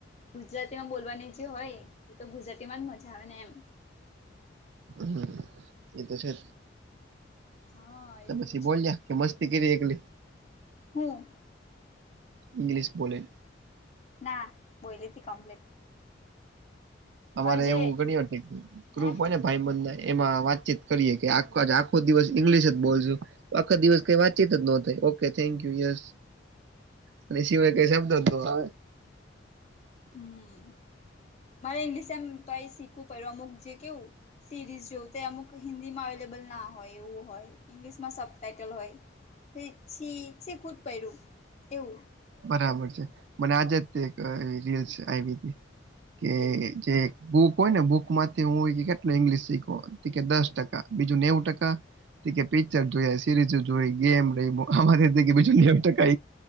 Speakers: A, on the left; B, on the right.
A: ગુજરાતીમાં બોલવાની જે હોય તો તો ગુજરાતીમાં જ મજા આવે ને એમ
B: હમ એ તો છે
A: હા
B: તો
A: એવું
B: પછી
A: જ
B: બોલ્યા કે મસ્તી કરી એકલી
A: હમ
B: ઇંગલિશ બોલે
A: ના બોઈલીતી કમ્પ્લીટ
B: અમારે
A: પણ જે
B: એવું ઘણીવાર ક્રુપ
A: હે
B: હોય ને ભાઈબંધના એમાં વાતચીત કરીએ કે આ આખો દિવસ ઈંગ્લિશ જ બોલશું આખા દિવસ કાઈ વાતચીત જ નો થય થેન્કયુ યસ અને સિવાય કાઈ શબ્દ જ નો આવે
A: હમ મારે ઇંગ્લિશ એમ તોય એ શીખવું પડ્યું અમુક જે કેવું સિરીઝ જોવું તે અમુક હિન્દીમાં અવેલેબલ ના હોય એવું હોય ઇંગ્લિશમાં સબ ટાઇટલ હોય છી છે કૂદ પહેરું એવું
B: બરાબર છે મને આજ જ એક રીલ્સ આવી હતી કે
A: કેવી
B: જે બુક હોય ને બુક માંથી હું કેટલું ઈંગ્લિશ શીખો કે દસ ટકા બીજું નેવું ટકા ઈ કે પિક્ચર જોયા સિરિજુ જોય ગેમ રમ્યો અમારે તો બીજું નેવું ટકા